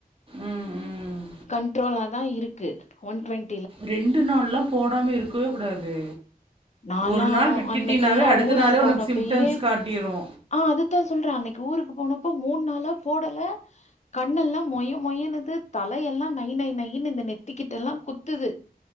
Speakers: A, on the right (about 35°); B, on the left (about 45°).
A: ம், ம்.
B: கண்ட்ரோலா தா இருக்கு ஒன் டுவெண்
A: ரெண்டு நாள்லா போடாம இருக்கவே கூடாது
B: நாலா
A: ஒரு நாள் விட்டுட்டினாவே
B: அன்னைக்கெல்லா
A: அடுத்த
B: ஊருக்கு
A: நாளே
B: போனப்பயே
A: உனக்கு சிம்டம்ஸ் காட்டிரு
B: ஆ அதுதா சொல்ற அன்னைக்கு ஊருக்கு போனப்ப மூண் நாளா போடல கண்ணெல்லா மொய மொயனுது தலை எல்லா நை நை நைன்னு இந்த நெத்திக்கிட்டலா குத்துது